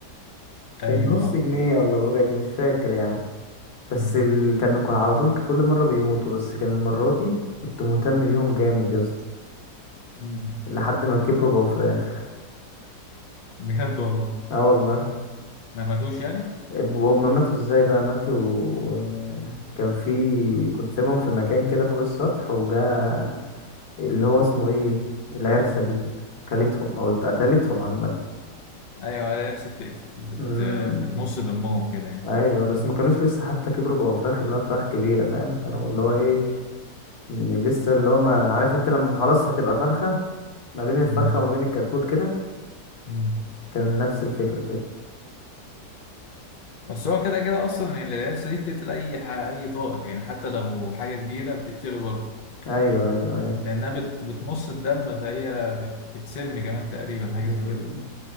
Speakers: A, on the left; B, on the left.
A: ايوه
B: كان نص جنيه ولا بربع جنيه مش فاكر يعني بس
A: مم.
B: ال... كانوا ك- على طول كل مرة بيموتوا بس كان المرة دي كنت مهتم بيهم جامد يا اسطى
A: مم.
B: لحد ما كبروا بقوا فراخ
A: بجد والله
B: اه والله
A: ما ماتوش يعني
B: اب- هما ماتوا ازاي بقى ماتوا آه، كان في كنت سايبهم في مكان كده فوق السطح وجا اللي هو اسمه ايه العرسة دي كلتهم او قتلتهم عامة
A: ايوه القرش بتقتل بت...
B: امم
A: بتمص دمهم كده يعني
B: ايوه بس
A: مم.
B: ما كانوش لسه حتى كبروا بقوا فراخ اللي هو فراخ كبيرة فاهم كانوا اللي هو ايه م- لسه اللي هو ما عارف انت لما خلاص هتبقى فرخة ما بين الفرخة
A: مم.
B: وما بين الكتكوت كده
A: مم.
B: كان نفس الفكرة كده
A: بس هو كده كده اصلا يعني القرش دي بتقتل اي ح... اي طائر يعني حتى لو حاجه كبيره بتقتله برضه
B: ايوه ايوه ايوه
A: لانها بت... بتمص الدم فهي بت... بتسم كمان تقريبا حاجه
B: مم.
A: زي كده